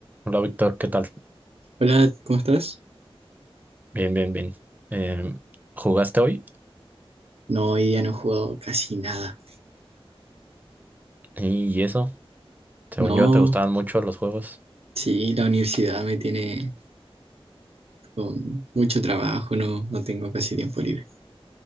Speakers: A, on the right; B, on the right.
A: Hola Víctor, ¿qué tal?
B: Hola, ¿cómo estás?
A: Bien, bien, bien. Em, ¿jugaste hoy?
B: No, hoy día no he jugado casi nada.
A: Y eso, según
B: No,
A: yo, te gustaban mucho los juegos.
B: sí, la universidad me tiene con mucho trabajo, no, no tengo casi tiempo libre.